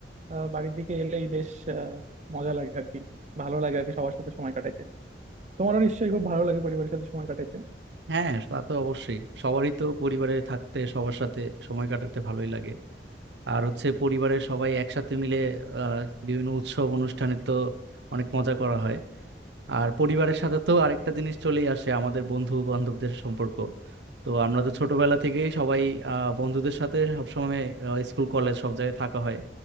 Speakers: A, on the right; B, on the right.
A: আহ, বাড়ির দিকে এলেই বেশ আহ, মজা লাগে আর কি ভালো লাগে আর কি সবার সাথে সময় কাটাইতে তোমারও নিশ্চয়ই খুব ভালো লাগে পরিবারের সাথে সময় কাটাইতে
B: হ্যাঁ তা তো অবশ্যই সবারই তো পরিবারে থাকতে সবার সাথে সময় কাটাতে ভালোই লাগে আর হচ্ছে পরিবারের সবাই একসাথে মিলে আহ বিভিন্ন উৎসব অনুষ্ঠানে তো অনেক মজা করা হয় আর পরিবারের সাথে তো আরেকটা জিনিস চলেই আসে আমাদের বন্ধু বান্ধবদের সম্পর্ক তো আমরা তো ছোটবেলা থেকেই সবাই আহ, বন্ধুদের সাথে সবসময় আহ, স্কুল কলেজ সব জায়গায় থাকা হয়